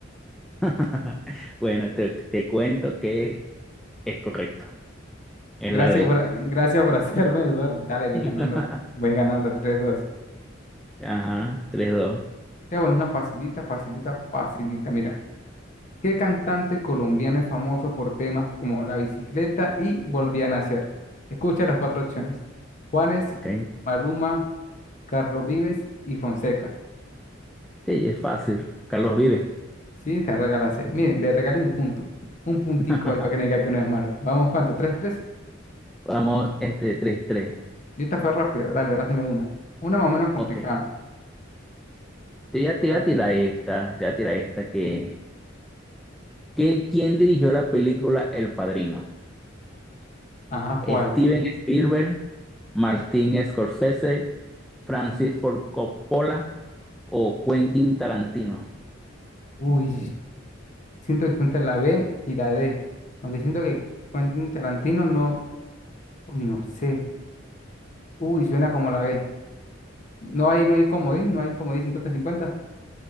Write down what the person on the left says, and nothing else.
Gracias
por, gracias por <laughs> hacerme dudar. Dale, voy
ganando, voy ganando tres dos.
Voy a poner una facilita, facilita, facilita. Mira. ¿Qué cantante colombiano es famoso por temas como La bicicleta y Volví a nacer? Escucha las cuatro opciones. Juanes,
Maluma, Carlos Vives y Fonseca.
Sí, te regalaste. Mire, le regalé un punto. Un puntico
ahí para que no diga que uno es malo. Vamos, ¿cuánto? ¿Tres, tres?
Y esta fue rápida. Dale, lánzame una. Una más o menos complicada.
Ah,
Ajá,
¿cuál?
Uy, siento que está entre la B y la D. Aunque siento que Quentin Tarantino no. Uy, no sé. Uy, suena como la B. No hay, no hay comodín, no hay comodín cincuenta-cincuenta.